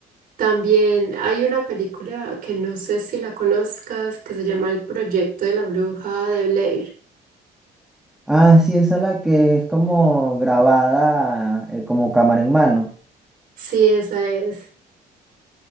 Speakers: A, on the right; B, in the centre.
A: También hay una película que no sé si la conozcas, que se llama El Proyecto de la Bruja de Blair.
B: Ah, sí, esa es la que es como grabada, eh, como cámara en mano.
A: Sí, esa es.